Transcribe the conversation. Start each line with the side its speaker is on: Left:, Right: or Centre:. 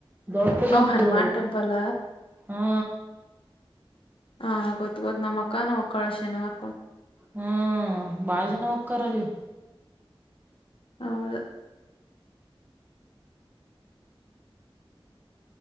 Right: ದೊಡ್ಡದೊಂದು
Left: ಅವ್ ಹನುಮಾನ್ ಟೆಂಪಲ್
Right: ಹಾ
Left: ಹಾ ಗೊತ್ತ ಗೊದ್ ನಮ್ಮ್ ಅಕ್ಕ ನ ಹೋಗ್ಕ್ಕಾಳೆ ಶನಿವಾರ
Right: ಹ್ಮ ಬಾಳ ಜನ ಹಕ್ಕಾರಲ್ಲಿ
Left: ಹೌದು